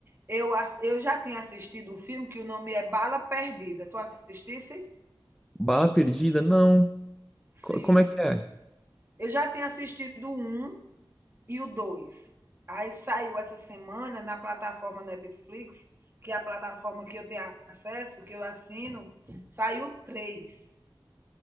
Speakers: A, on the right (about 30°); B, in the centre.
A: Eu, ass- eu já tinha assistido um filme que o nome é Bala Perdida. Tu assistisse?
B: Bala Perdida? Não.
A: Sim.
B: Co- Como é que é?
A: Eu já tinha assistido um E o dois Aí saiu essa semana na plataforma Netflix, que é a plataforma que eu tenho acesso, que eu assino, saiu três.